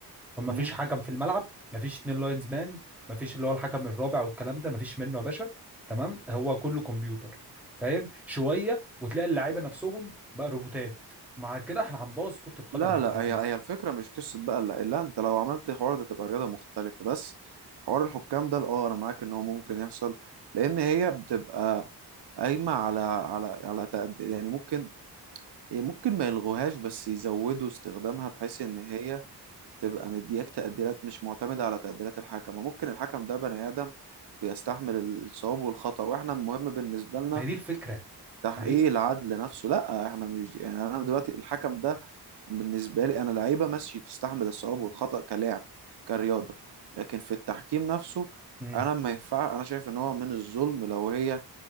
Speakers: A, in the centre; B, on the right (about 80°).
A: ما
B: مم.
A: فيش حكم في الملعب ما فيش اتنين لاينز مان ما فيش اللي هو الحكم الرابع والكلام ده ما فيش منه يا باشا تمام هو كله كمبيوتر فاهم شويه وتلاقي اللعيبه نفسهم بقى روبوتات مع كده احنا هنبوظ كره القدم
B: لا
A: يا
B: لا
A: جدعان
B: هي هي الفكرة مش قصة بقى لا لا انت لو عملت حوار ده تبقى رياضة مختلفة بس حوار الحكام ده اه انا معاك ان هو ممكن يحصل لان هي بتبقى قايمة على على على تقد... يعني ممكن هي ممكن ما يلغوهاش بس يزودوا استخدامها بحيث ان هي تبقى مدياك تقديرات مش معتمدة على تقديرات الحكم وممكن الحكم ده بني آدم بيستحمل الصواب والخطأ واحنا المهم بالنسبة لنا
A: ما هي دي الفكره
B: تحقيق
A: ما هي
B: العدل نفسه لا احنا مش يعني انا دلوقتي الحكم ده بالنسبه لي انا لعيبه ماشي تستحمل الصواب والخطا كلاعب كرياضه لكن في التحكيم نفسه
A: مم.
B: انا ما ينفع انا شايف ان هو من الظلم لو هي